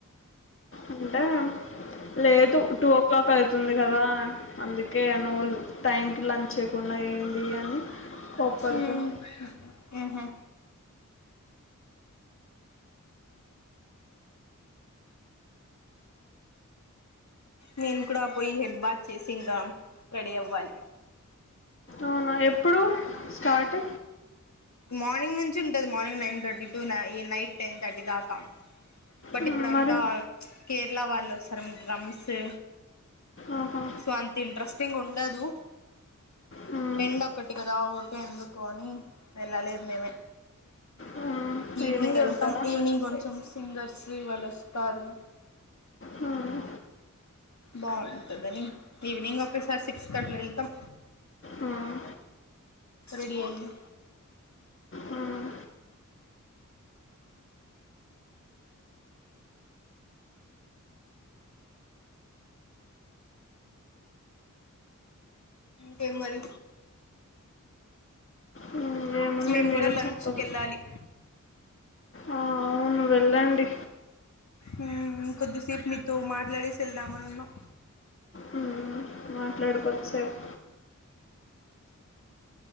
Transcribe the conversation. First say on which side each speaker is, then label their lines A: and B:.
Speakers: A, on the left; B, on the left.
A: అంటే లేదు టూ ఓ క్లాక్ అవుతుంది గదా అందుకే నువ్వు టైంకి లంచ్ చేయకుండా ఏంది అని కోప్పడతావు
B: హ్మ్ ఊహూ నేను కూడా పోయి హెడ్ బాత్ చేసి రామ్ రెడీ అవ్వాలి
A: అవునా ఎప్పుడు స్టార్ట్
B: మార్నింగ్ నుంచి ఉంటది మార్నింగ్ నైన్ థర్టీ టు న నైట్ టెన్ థర్టీ దాకా బట్
A: మ్మ్,
B: ఇప్పుడుంతా
A: మరి
B: కేరళ వాళ్ళుస్తారు రామ్ స్తే
A: ఆహా.
B: సో అంత ఇంట్రెస్టింగ్ ఉండదు
A: మ్మ్,
B: ఎండ్ ఒక్కటి గదా ఎందుకోని వెళ్ళాలి మీమే
A: మ్మ్.
B: ఈవినింగ్ వెళ్తాం
A: వెళ్తారా
B: ఈవినింగ్ కొంచెం సింగర్స్ శీవల్ ఇస్తారు
A: మ్మ్,
B: బాగుంటదని ఈవినింగ్ ఒకేసారి సిక్స్ కాట్ల వెళ్తాం
A: మ్మ్,
B: రెడీ అయి
A: మ్మ్,
B: దే మరి
A: మ్మ్. ఏముంది
B: మేము
A: మీరే
B: కూడా లంచ్కి
A: చెప్పదు
B: వెళ్ళాలి
A: ఆ అవును వెళ్ళండి
B: ఉ ఇన్ కొద్దిసేపు మీతో మాట్ రెడీ చేల్డమన్నా
A: మ్మ్, మాట్లాడుకోవచ్చేపు